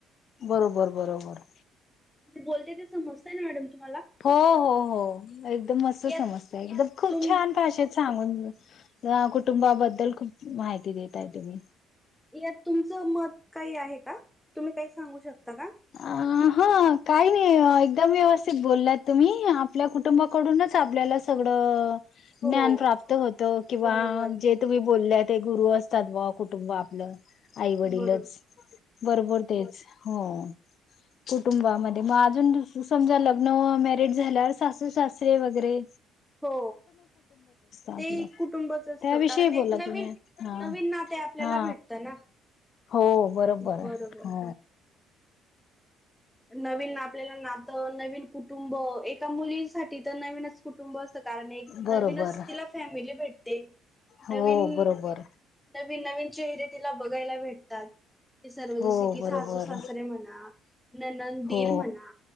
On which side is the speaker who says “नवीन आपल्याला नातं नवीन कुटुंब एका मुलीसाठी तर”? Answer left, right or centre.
Centre